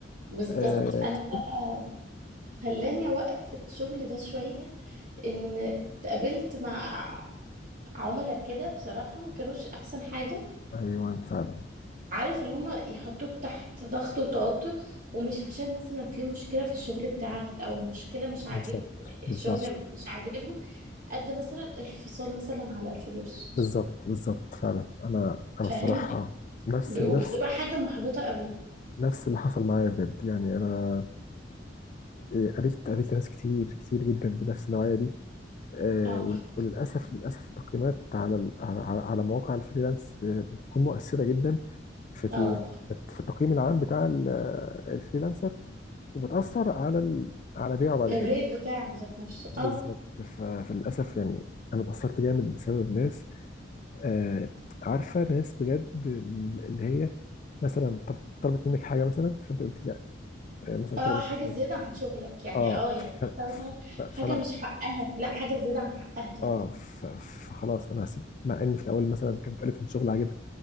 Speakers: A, on the right (about 45°); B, on the left (about 40°).
A: بالظبط
B: آه، بالظبط
A: انا بقى خلاني اوقف الشغل ده شوية ان اتقابلت مع عملاء كده بصراحة ما كانوش احسن حاجة
B: ايوه ايوه فعلا
A: عارف اللي هم يحطوك تحت ضغط وتوتر ومش عشان مثلا في مشكلة في الشغل بتاعك او مشكلة مش عاجب
B: بالظبط بالظبط
A: الشغل مش عاجبهم قد مثلا الفصال مثلا على الفلوس
B: بالظبط بالظبط فعلا انا انا
A: فاهم
B: الصراحه نفس
A: ب- وبتبقى
B: نفس
A: حاجة محبطة قوي
B: نفس اللي حصل معايا بجد يعني انا آه، قابلت قابلت ناس كتير كتير جدا بنفس النوعيه دي آه،
A: اه
B: وال- وللاسف للاسف التقييمات على ال- على على على مواقع الفريلانس آه، بتكون مؤثره جدا في ال-
A: اه
B: في التقييم العام بتاع ال- آه، الفريلانسر وبتأثر على ال... على بيعه بعد
A: الريت
B: كده
A: بتاعك ذات نفسه اه
B: بالظبط ف... فللأسف يعني أنا اتأثرت جامد بسبب ناس آه عارفة ناس بجد اللي هي مثلا طل- طلبت منك حاجة مثلا فأنت قلت لا آه مثلا
A: اه
B: طلبت
A: حاجة
B: منك
A: زيادة عن شغلك يعني
B: اه
A: اه يعني
B: ف...
A: حتى مثلا
B: ف... فأنا
A: حاجة مش حقها لا حاجة زيادة عن حقها كمان
B: اه ف... فخلاص أنا هسيب مع إن في الأول مثلا كانت قالت إن شغل عاجبها